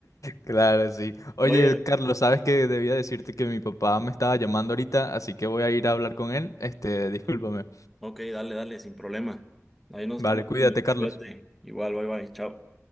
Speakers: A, on the left; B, in the centre.
A: Claro, sí. Oye,
B: Oye,
A: Carlos, sabes que debía decirte que mi papá me estaba llamando ahorita, así que voy a ir a hablar con él. Este, discúlpame.
B: ok, dale, dale, sin problema. Ahí nos
A: Vale,
B: estamos
A: cuídate,
B: viendo.
A: Carlos.
B: Cuídate. Igual, bye bye, chao.